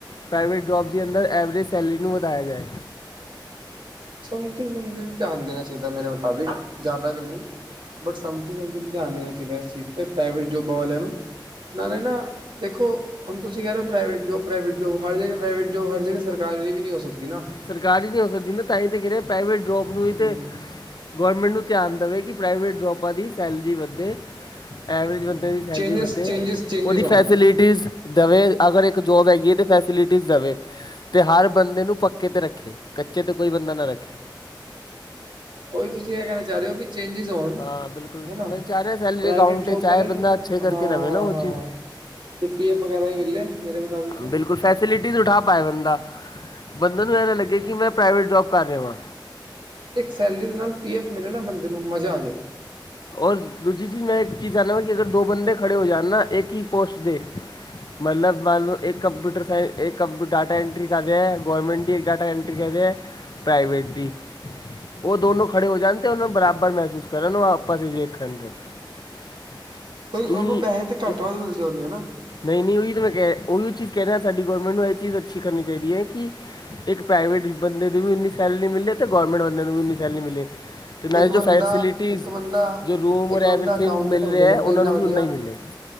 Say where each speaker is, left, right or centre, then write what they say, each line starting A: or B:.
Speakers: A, on the left (about 60°); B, on the right (about 75°).
A: ਪ੍ਰਾਈਵੇਟ ਜੋਬ ਦੀ ਅੰਦਰ ਐਵਰੇਜ ਸੈਲਰੀ ਨੂੰ ਵਧਾਇਆ ਜਾਏ‌
B: ਸਮਥਿੰਗ ਸਮਗਲਿੰਗ ਧਿਆਨ ਦੇਣਾ ਚਾਹੀਦਾ ਮੇਰੇ ਮੁਤਾਬਿਕ ਜ਼ਿਆਦਾ ਵੀ ਨਹੀਂ ਬਟ ਸਮਖਿੰਗ ਸਮਖਿੰਗ ਧਿਆਨ ਦੇਣਾ ਚਾਹੀਦਾ ਇਸ ਚੀਜ਼ ਤੇ ਪ੍ਰਾਈਵੇਟ ਜੋਬਾਂ ਵਾਲਿਆਂ ਨੂੰ ਨਾਲੇ ਨਾ ਦੇਖੋ ਹੁਣ ਤੁਸੀਂ ਕਹਿ ਰਹੇ ਹੋ ਪ੍ਰਾਈਵੇਟ ਜੋਬ ਪ੍ਰਾਈਵੇਟ ਜੋਬ ਹਰ ਜਗ੍ਹਾ ਪ੍ਰਾਈਵੇਟ ਜੋਬ ਹਰ ਜਗ੍ਹਾ ਸਰਕਾਰੀ ਵੀ ਨਹੀਂ ਹੋ ਸਕਦੀ ਨਾ
A: ਸਰਕਾਰੀ ਨੀ ਹੋ ਸਕਦੀ ਨਾ ਤਾਂ ਹੀ ਤੇ ਕਹਿ ਰਿਹਾਂ ਪ੍ਰਾਈਵੇਟ ਜੋਬ ਨੂੰ ਹੀ
B: ਹਮ
A: ਤੇ ਗੌਰਮੈਂਟ ਨੂੰ ਧਿਆਨ ਦੇਵੇ ਕਿ ਪ੍ਰਾਈਵੇਟ ਜੋਬਾਂ ਦੀ ਸੈਲਰੀ ਵਧੇ ਐਵਰੇਜ ਬੰਦੇ
B: ਚੇਂਜਸ
A: ਦੀ ਸੈਲਰੀ
B: ਚੇਂਜਿਸ
A: ਵਧੇ
B: ਚੇਂਜਿਸ ਚੇਂਜਿਸ
A: ਉਹਦੀ
B: ਹੋਣ
A: ਫੈਸਿਲਿਟੀਜ਼ ਦਵੇ ਅਗਰ ਇੱਕ ਜੋਬ ਹੈਗੀ ਹੈ ਤੇ ਫੈਸਿਲਿਟੀਜ਼ ਦਵੇ ਤੇ ਹਰ ਬੰਦੇ ਨੂੰ ਪਕ ਕੇ ਤੇ ਰੱਖੇ ਕੱਚੇ ਤੇ ਕੋਈ ਬੰਦਾ ਨਾ ਰੱਖੇ
B: ਉਹੀ ਤੁਸੀਂ ਏਹ ਕਹਿਣਾ ਚਾਹ ਰਹੇ ਹੋ ਕਿ ਚੇਂਜਿਸ ਹੋਣ
A: ਹਾਂ ਬਿਲਕੁਲ
B: ਹਨਾ
A: ਮੈਂ ਚਾਹ ਰਿਹਾ ਸੈਲਰੀ
B: ਪ੍ਰਾਈਵੇਟ
A: ਅਕਾਊਂਟ
B: ਜੌਬ
A: ਤੇ ਚਾਹੇ
B: ਵਾਲਿਆਂ ਨੂੰ
A: ਬੰਦਾ ਅੱਛੇ ਕਰਕੇ
B: ਹਾਂ
A: ਰਵੇ ਨਾ ਉਹ
B: ਹਾਂ
A: ਚੀਜ਼
B: <unintelligible> ਵਗੈਰਾ ਮਿਲੇ ਮੇਰੇ ਮੁਤਾਬਿਕ ਤੇ
A: ਬਿਲਕੁਲ ਫੈਸਿਲਿਟੀਜ਼ ਉਠਾ ਪਾਏ ਬੰਦਾ ਬੰਦੇ ਨੂੰ ਐ ਨਾ ਲੱਗੇ ਕਿ ਮੈਂ ਪ੍ਰਾਈਵੇਟ ਜੋਬ ਕਰ ਰਿਹਾ ਵਾਂ
B: ਇੱਕ ਸੈਲਰੀ ਦੇ ਨਾਲ ਪੀ ਐਫ ਮਿਲੇ ਨਾ ਬੰਦੇ ਨੂੰ ਮਜ਼ਾ ਆ ਜਾਏ
A: ਔਰ ਦੂਜੀ ਚੀਜ਼ ਮੈਂ ਇੱਕ ਚੀਜ਼ ਚਾਹੁੰਦਾ ਵਾਂ ਕਿ ਅਗਰ ਦੋ ਬੰਦੇ
B: ਹੂੰ
A: ਖੜੇ ਹੋ ਜਾਣ ਨਾ ਇੱਕ ਹੀ ਪੋਸਟ ਦੇ ਮਤਲਬ ਮੰਨ ਲਉ ਇੱਕ ਕੰਮਪਿਊਟਰ ਸਾਇੰਸ <unintelligible> ਡਾਟਾ ਐਂਟਰੀ ਕਰ ਰਿਹਾ ਏ ਗੌਰਮੈਂਟ ਵੀ ਇੱਕ ਡਾਟਾ ਐਟਰੀ ਕਰ ਰਿਹਾ ਹੈ ਪ੍ਰਾਈਵੇਟ ਦੀ ਉਹ ਦੋਨੋ ਖੜੇ ਹੋ ਜਾਣ ਤੇ ਉਹਨੂੰ ਬਰਾਬਰ ਮਹਿਸੂਸ ਕਰਨ ਉਹ ਆਪ <unintelligible>
B: ਫਿਰ ਉਹਨੂੰ
A: ਇਨੀ
B: ਪੈੇਹੇ ਤੇ ਘੱਟ ਵੱਧ ਮਿਲਦੇ ਹੁੰਦੇ ਆ ਨਾ
A: ਨਹੀਂ ਨਹੀਂ ਉਹੀ ਤਾਂ ਮੈਂ ਕਹਿ ਉਹੀਉ ਚੀਜ਼ ਕਹਿ ਰਿਹਾ ਸਾਡੀ ਗੌਰਮੈਂਟ ਨੂੰ ਇਹ ਚੀਜ਼ ਅੱਛੀ ਕਰਨੀ ਚਾਹੀਦੀ ਹੈ ਕਿ ਇੱਕ ਪ੍ਰਾਈਵੇਟ ਬੰਦੇ ਦੀ ਵੀ ਉਨੀ ਸੈਲਰੀ ਮਿਲੇ ਤੇ ਗੌਰਮੈਂਟ ਬੰਦੇ ਨੂੰ ਵੀ ਉਨੀ ਸੈਲਰੀ ਮਿਲੇ <unintelligible>
B: ਇੱਕ ਬੰਦਾ
A: ਜੋ ਫੈਸਿਲਿਟੀਜ਼
B: ਇੱਕ ਬੰਦਾ
A: ਜੋ ਰੂਮ
B: ਇੱਕ
A: ਔਰ
B: ਬੰਦਾ
A: ਐਵਰੀਥਿੰਗ
B: ਅਕਾਊਂਟੈਂਟ
A: ਮਿਲ
B: ਹੁੰਦੇ
A: ਰਿਹਾ
B: ਸੁਣਦੇ
A: ਉਹਨਾਂ
B: ਇੰਨਾ
A: ਨੂੰ
B: ਵਧੀਆ
A: ਵੀ ਉਨਾ ਹੀ ਮਿਲੇ